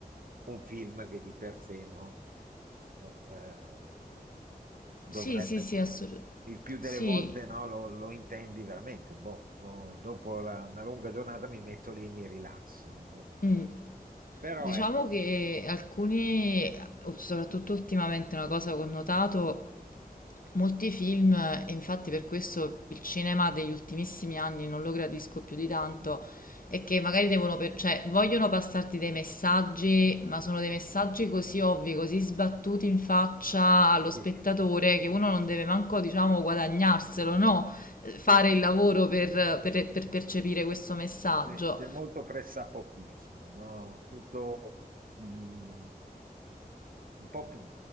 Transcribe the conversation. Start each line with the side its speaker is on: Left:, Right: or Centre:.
Right: un film che di per sé, no? Eh, eh, dovrebbe,
Left: sì, sì, sì, assolut-
Right: il più delle
Left: Sì,
Right: volte, no, lo, lo intendi veramente. Boh, no, dopo la- una lunga giornata mi metto lì e mi rilasso. Ehm,
Left: mm.
Right: Però
Left: Diciamo
Right: ecco,
Left: che alcuni, soprattutto ultimamente, una cosa che ho notato. Molti film, e infatti per questo il cinema degli ultimissimi anni non lo gradisco più di tanto,
Right: mm,
Left: è che magari devono per- cioè, vogliono passarti dei messaggi, ma sono dei messaggi così ovvi, così sbattuti in faccia allo
Right: sì,
Left: spettatore che uno non deve manco, diciamo, guadagnarselo, no? Eh, Fare
Right: sì,
Left: il
Right: sì,
Left: lavoro per,
Right: sì,
Left: per- per
Right: sì.
Left: percepire questo messaggio.
Right: Eh, C'è molto pressapochismo, no? Tutto mm, un po' più